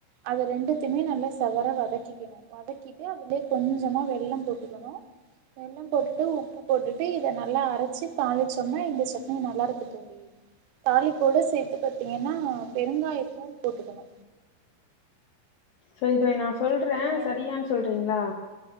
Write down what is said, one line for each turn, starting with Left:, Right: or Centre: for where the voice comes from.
Right: அது ரெண்டுத்துமே நல்லா செவற வதக்கிக்கணும் வதக்கிட்டு அதுலயே கொஞ்சமா வெள்ளம் போட்டுக்கணும் வெள்ளம் போட்டுட்டு உப்பு போட்டுட்டு இத நல்லா அரச்சி தாளிச்சோன்னா இந்த சட்னி நல்லா இருக்கு தோழி தாலிப்போட சேத்து பாத்தீங்கன்னா பெருங்காய தூள் போட்டுக்கணு
Left: சரி இத நா சொல்றே
Right: நீங்க
Left: சரியான்னு சொல்றீங்ளா